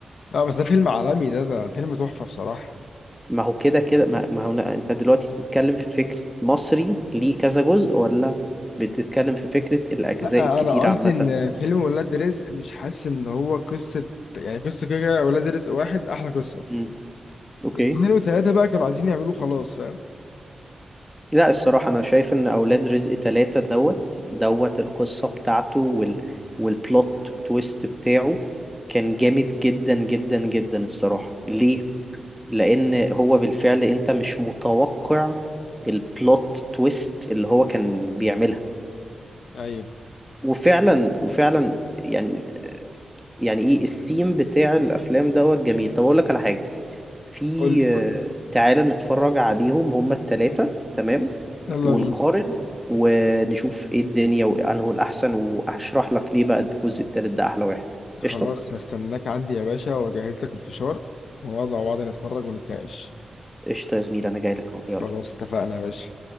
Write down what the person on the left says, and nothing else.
لا بس ده فيلم عالمي ده ده فيلم تحفه بصراحه
لا
انا قصدي
ان فيلم ولاد رزق مش حاسس ان هو قصه يعني قصه كده كده ولاد رزق واحد احلى قصه
اتنين وتلاته بقى كانوا عايزين يعملوه خلاص فاهم
ايوه
قول لي
يلا
بينا
خلاص
هستناك عندي يا باشا واجهز لك الفشار ونقعد مع بعض نتفرج ونتناقش
خلاص اتفقنا يا باشا